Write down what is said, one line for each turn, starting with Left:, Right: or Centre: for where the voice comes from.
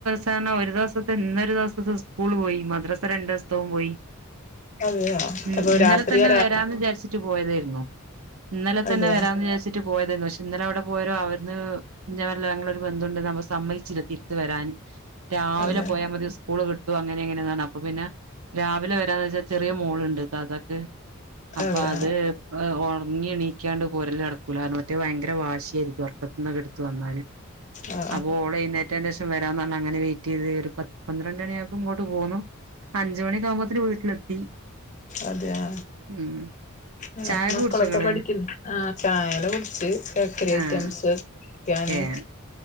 Right: കാരണം ഒരു ദെവസത്തെ - ഇന്നൊരു ദെവസത്തെ സ്കൂൾ പോയി മദ്രാസ രണ്ടു ദെവസത്തവും പോയി
Left: അതെയോ
Right: ഉം
Left: അപ്പൊ
Right: ഇന്നലെ
Left: രാത്രിയാ
Right: തന്നെ
Left: രാ
Right: വരാന്ന് വിചാരിച്ചിട്ട് പോയതായിരുന്നു ഇന്നലെ തന്നെ
Left: അതെയ
Right: വരാന്ന് വിചാരിച്ച- ട്ട് പോയതായിരുന്നു പക്ഷെ ഇന്നലെ അവിടെ പോയൊരു അവർല്ല <unintelligible> നമ്മ സമ്മയിച്ചില്ല തിരിച്ച് വരാൻ രാവിലെ
Left: അതെ
Right: പോയാ മതി- സ്കൂള് വിട്ടും അങ്ങനെ എങ്ങനൊണ് അപ്പൊ പിന്നെ രാവിലെ വരാന്ന് വെച്ചാൽ ചെറിയ മോളുണ്ട് അ അതൊ- അപ്പൊ
Left: അതെ
Right: അത് ഉറങ്ങിണീക്കാണ്ട് പോറല് നടക്കൂലാന്ന് മറ്റേ ഭയങ്കര വാശി ഒറക്കത്തിന്ന് ഒക്കെ എടുത്തു വന്നാല്
Left: ആ ആ
Right: അപ്പോ ഓല് എഴുന്നേന്റെ - വരാന്ന് പറഞ് അങ്ങനെ വെയിറ്റ് ചെയ്ത് ഒരു പന്ത്രണ്ട് മണിയായപ്പോ ഇങ്ങോട്ട് പോന്നു അഞ്ച് മണി ആകുമ്പത്തെന് - ച്ചു വീട്ടിലെത്തി
Left: അതെയാ
Right: ഉം
Left: ആ
Right: ചായൊക്കെ
Left: മക്കളൊക്കെ
Right: കുടിച്ചോ ഇങ്ങള്
Left: പഠിക്കുന്നു ആ ചായല കുടിച്ച് ബേക്കറി
Right: ആഹ്
Left: ഐറ്റംസ്- ക്കുവാണേ
Right: ഏഹ്